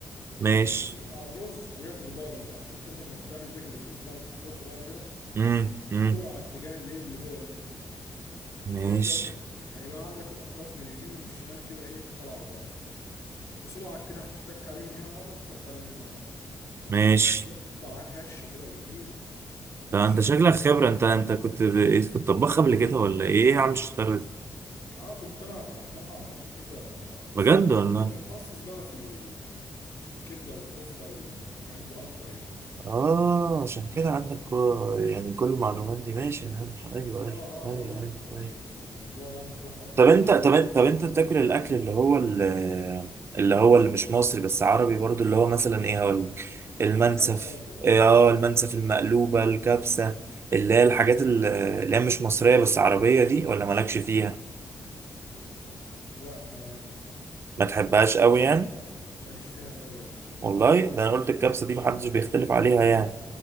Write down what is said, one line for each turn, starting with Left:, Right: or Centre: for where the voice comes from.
Right: ماشي
Left: هتلف سنة على الرز وبعد كده تجبارن بقى شفت انت لما بتعمل ايدك الاتنين في بعض تحكهم في بعض كده
Right: امم امم
Left: تبرم على اتجاه الايه اللي جوه ده كده هتلاقيه
Right: ماشي
Left: اتلف معاك هيبقى عندك الاطراف من اليمين ومن الشمال كده ايه طالعه لبره بصبعك كده هتتك عليه من هنا مرة تتك عليه من هنا مرة
Right: ماشي
Left: الصبع يطلع معاك هش كده وجميل
Right: ده
Left: مش
Right: انت
Left: اللي
Right: شكلك
Left: هو
Right: خبرة انت انت كنت ب... إيه، كنت طباخ قبل كده ولا ايه إيه يا عم الشطارة دي
Left: اه كنت انا فاتح مطعم قبل كده بس
Right: بجد
Left: كنت
Right: والله
Left: يعني كنت متخصص بقى في ال... في الكبده والكفته وال... والحاجات دي اكتر يعني
Right: اه عشان كده عندك كو... يعني كل المعلومات دي ماشي يا عم ايوه
Left: اه اه
Right: ايوه
Left: انا
Right: ايوه
Left: بقول لك
Right: ايوه,
Left: آه،
Right: أيوة.
Left: الموضوع يعني الموضوع هيعجبك
Right: طب انت
Left: قوي
Right: طب انت طب انت بتاكل الاكل اللي هو ال- اللي هو اللي مش مصري بس عربي برضو اللي هو مثلا ايه هقول لك المنسف
Left: كبسه وكده
Right: إيه، اه المنسف المقلوبة الكبسة اللي هي الحاجات ال- اللي هي مش مصرية بس عربية دي ولا مالكش فيها
Left: لا ما
Right: ما تحبهاش قوي يعني
Left: ماليش فيها قوي اه
Right: والله ده انا قلت الكبسة دي محدش بيختلف
Left: بس
Right: عليها
Left: يعني
Right: يعني